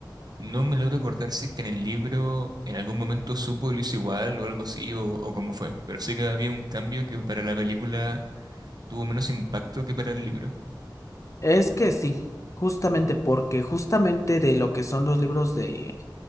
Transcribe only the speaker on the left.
Es que sí, justamente porque justamente de lo que son los libros de,